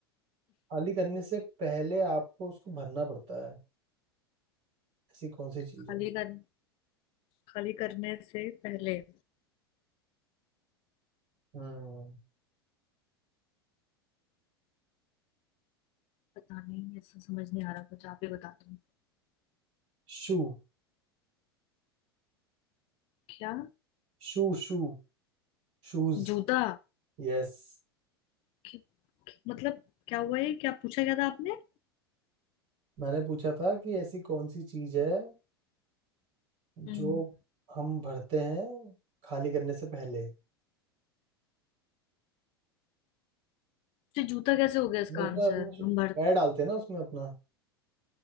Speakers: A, on the right (about 55°); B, on the left (about 45°).
A: खाली करने से पहले आपको उसको भरना पड़ता है ऐसी कौन सी चीज
B: खाली
A: है
B: कर खाली करने से पहले
A: हम्म
B: पता नहीं ऐसा समझ नहीं आ रहा कुछ आप ही बता दो
A: Shoe
B: क्या
A: Shoe shoe Shoes
B: जूता
A: Yes
B: कि- कि- मतलब क्या हुआ ये क्या पूछा क्या था आपने
A: मैंने पूछा था कि ऐसी कौन सी चीज है
B: हम्म
A: जो हम भरते हैं खाली करने से पहले
B: तो जूता कैसे हो गया इसका
A: वो उसमें
B: आंसर
A: अपना शू-
B: हम भर
A: पैर डालते हैं ना उसमें अपना